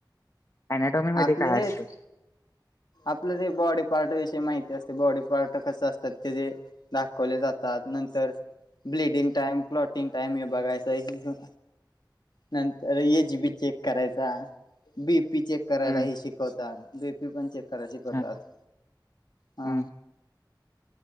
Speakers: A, on the left; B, on the left.
A: अनॅटॉमीमध्ये
B: आपले
A: काय
B: हेच
A: असते?
B: आपलं जे बॉडी पार्ट विषी माहिती असते बॉडी पार्ट कस असतात ते जे दाखवले जातात नंतर ब्लडिंग टाइम क्लॉटिंग टाइम हे बघायचा ह नंतर एच बी चेक करायचा बी पी चेक करायलाही
A: हं,
B: शिकवता बी पी पण चेक कय शिकवतात
A: हां,
B: हा
A: हं.